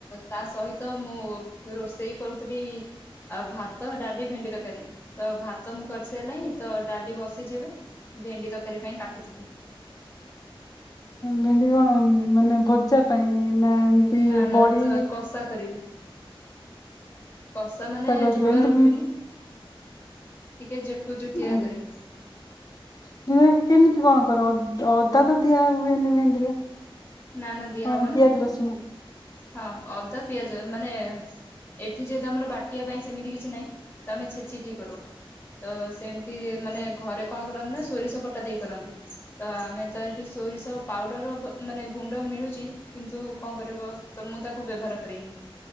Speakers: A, on the left; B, on the left.
A: ତା ସହିତ ମୁଁ ରୋଷେଇ କରୁଥିଲି ଭାତ ତ ଡାଲି, ଭେଣ୍ଡି ଦରକାରୀ ତ ଭାତ ମୁଁ କରିସାରାଣିି ତ ଡାଲି ବସିଛି ଏବେ। ଭେଣ୍ଡି ତରକାରୀ ପାଇଁ କାଟୁଥିଲି।
B: ଭେଣ୍ଡି କଣ ମାନେ ଭଜା ପାଇଁ ନା ଏମତି
A: ନା ନା
B: ବଡି
A: ତ କଷା କରିବି କଷା ମାନେ
B: କରିବ
A: ଝୋଳ
B: ଏମିତି
A: ରଖିବିନି। ଟିକେ ଜେକୁ ଜୁଟିଆ
B: ଆ
A: କରିବି
B: ତମେ କେମିତି କଣ କର ଅଦା ତ ଦିଆ ହୁଏନି ଭେଣ୍ଡିରେ।
A: ନା ନା ଦିଆ
B: ହଁ
A: ହବ
B: ପିଆଜ
A: ନା,
B: ରସୁଣ।
A: ହଁ ଅଦା ପିଆଜ। ମାନେ ଏଠି ଯେହେତୁ ଆମର ବାଟିବା ପାଇଁ ସେମିତି କିଛି ନାହିଁ, ତ ଆମେ ଛେଚିକି କରୁ। ତ ସେମିତି ମାନେ ଘରେ କଣ କରନ୍ତି ନା ସୋରିଷବଟା ଦେଇ କରନ୍ତି ତ ଆମେ ତ ଏଠି ସୋରିଷ ପାଉଡ଼ର ବ ମାନେ ଗୁଣ୍ଡ ମିଳୁଛି କିନ୍ତୁ କଣ କରିବ ତ ମୁଁ ତାକୁ ବ୍ୟବହାର କରେନି।